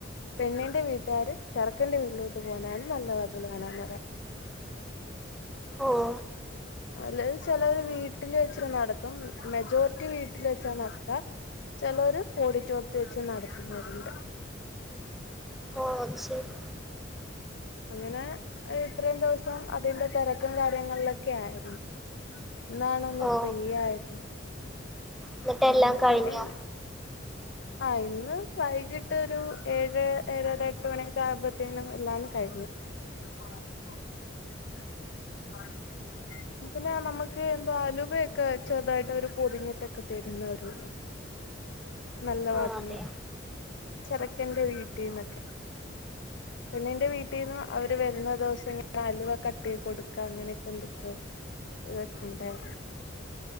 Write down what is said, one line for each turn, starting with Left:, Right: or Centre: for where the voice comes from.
Left: പെണ്ണിന്റെ വീട്ടുകാര് ചെറുക്കന്റെ വീട്ടിലോട്ട് പോകുന്നതാണ് നല്ല വതിൽ കാണാന്ന് പറയാ
Centre: ഓഹ്
Left: അല്ലെൽ ചിലവര് വീട്ടിൽ വെച്ച് നടത്തും മെജോറിറ്റി വീട്ടിൽ വെച്ചാ നടത്ത ചെലോര് ഓഡിറ്റോറിയത്തി വെച്ച് നടത്തുന്നവരുണ്ട്
Centre: ഓഹ് അത് ശരി
Left: അങ്ങനെ ഇത്രയും ദിവസം അതിന്റെ തെരക്കും കാര്യങ്ങളിലൊക്ക ആയിരുന്നു ഇന്നാണ് ഒന്ന്
Centre: ഓ
Left: ഫ്രീ ആയത്
Centre: ഇന്നിട്ട്
Left: ഉം
Centre: എല്ലാം കഴിഞ്ഞോ
Left: പിന്നെ ഈ ആഹ് ഇന്ന് വൈകിട്ട് ഒരൂ ഏഴ് ഏഴര എട്ട് മണിയൊക്ക ആയപ്പത്തേനും എല്ലാം കഴിഞ്ഞു ആഹ് ആഹ് പിന്നെ നമക്ക് എന്താ അലുവയൊക്കെ ചെറുതായിട്ട് അവര് പൊതിഞ്ഞിട്ടൊക്ക തരുന്ന ഒരു നല്ല
Centre: ആഹ്
Left: വാതിൽന്
Centre: അതെ
Left: ചെറുക്കന്റെ വീട്ടിന്നൊക്കെ പെണ്ണിന്റെ വീട്ടീന്ന് അവര് വരുന്ന ദിവസം ഇങ്ങനെ അലുവ കട്ടീത് കൊടുക്ക അങ്ങനൊക്കെ എന്തൊക്ക്യെ ഇതൊക്കെണ്ടായിരുന്നു